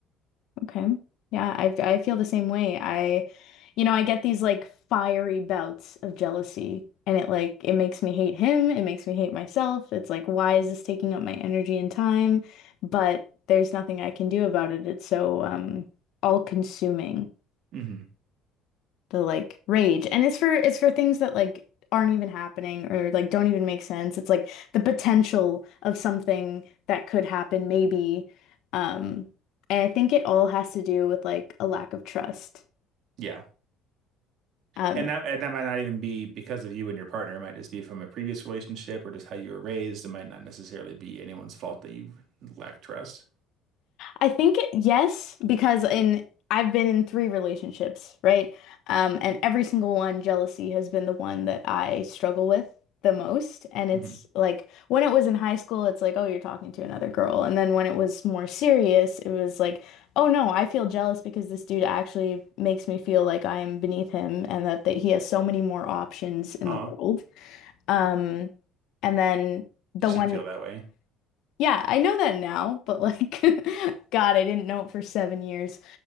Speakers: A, on the left (about 70°); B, on the right (about 65°).
A: Okay. Yeah, I, f- I feel the same way. I, you know, I get these like fiery bouts of jealousy and it like it makes me hate him, it makes me hate myself. It's like, why is this taking up my energy and time? But there's nothing I can do about it. It's so um all consuming
B: hmm
A: the like rage. And it's for it's for things that like aren't even happening or like don't even make sense. It's like the potential of something that could happen maybe. Um and I think it all has to do with like a lack of trust.
B: Yeah.
A: Um
B: And that and that might not even be because of you and your partner. It might just be from a previous relationship or just how you were raised. It might not necessarily be anyone's fault that you lack trust.
A: I think yes, because in I've been in three relationships, right? Um, and every single one, jealousy has been the one that I struggle with the most. And it's
B: hmm
A: like when it was in high school, it's like, oh, you're talking to another girl. And then when it was more serious, it was like, oh no, I feel jealous because this dude actually makes me feel like I am beneath him and that, that he has so many more options in
B: Aw,
A: the world. Um, and then the
B: you shouldn't
A: one
B: feel that way.
A: yeah, I know that now, but like, <laughs> God, I didn't know it for seven years.